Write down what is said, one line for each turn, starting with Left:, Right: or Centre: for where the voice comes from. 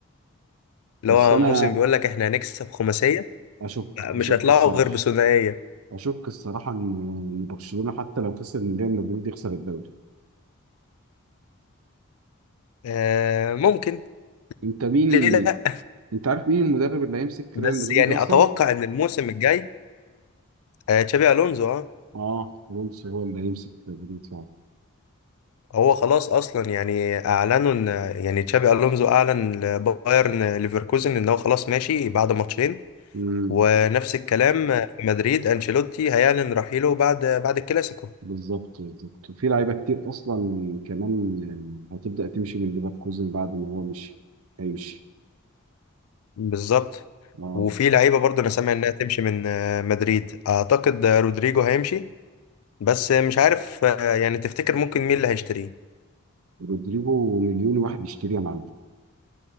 Left: اللي
Right: بس
Left: هو
Right: انا
Left: موسم بيقول لك احنا هنكسب خماسية
Right: اشك اشك
Left: مش هيطلعوا
Right: الصراحة
Left: غير بثنائية
Right: اشك الصراحة ان إن برشلونة حتى لو خسر من ريال مدريد يخسر الدوري
Left: آه ممكن
Right: انت مين
Left: ليه لا
Right: انت عارف مين المدرب اللي هيمسك
Left: بس
Right: ريال مدريد
Left: يعني
Right: اصلا؟
Left: اتوقع ان الموسم الجاي آه تشابي الونزو اه
Right: اه الونسو هو اللي هيمسك ريال مدريد
Left: هو خلاص اصلا يعني اعلنوا ان يعني تشابي الونزو اعلن لبايرن ليفركوزن ان هو خلاص ماشي بعد ماتشين
Right: فعلا
Left: ونفس الكلام في مدريد انشيلوتي هيعلن رحيله بعد بعد الكلاسيكو
Right: بالظبط بالظبط وفي لعيبه كتير اصلا كمان هتبدا تمشي من ليفركوزن بعد ما هو مشي هيمشي
Left: بالظبط
Right: اه
Left: وفي لعيبه برضه انا سامع انها تمشي من آه، مدريد اعتقد آه، رودريجو هيمشي بس مش عارف آه، يعني تفتكر ممكن مين اللي هيشتريه
Right: رودريجو مليون واحد يشتريه يا معلم